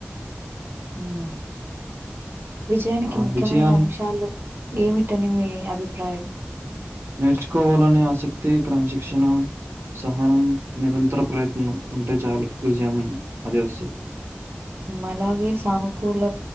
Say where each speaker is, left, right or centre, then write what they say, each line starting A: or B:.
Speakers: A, on the right; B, on the right.
A: ఉ విజయానికి
B: ఆ!
A: ముఖ్యమైన
B: విజయాన్ని
A: అంశాలు ఏమిటాని మీ అభిప్రాయం
B: నేర్చుకోవాలనే ఆసక్తి, క్రమశిక్షణ సహనం నిరంతర ప్రయత్నం ఉంటే చాలు విజయం అదే వస్తది
A: అలాగే సానుకూల